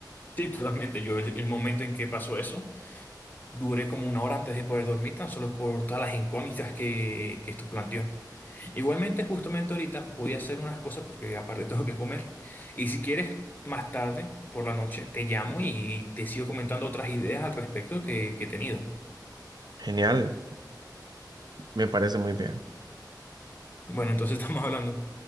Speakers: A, on the left (about 25°); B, on the right (about 65°).
A: Sí, totalmente. Yo el, el momento en que pasó eso, duré como una hora antes de poder dormir, tan solo por todas las incógnitas que, que esto planteó. Igualmente, justamente ahorita voy a hacer unas cosas porque aparte tengo que comer. Y si quieres, más tarde, por la noche, te llamo y te sigo comentando otras ideas al respecto que, que he tenido.
B: Genial, me parece muy bien.
A: Bueno, entonces <laughs> estamos hablando.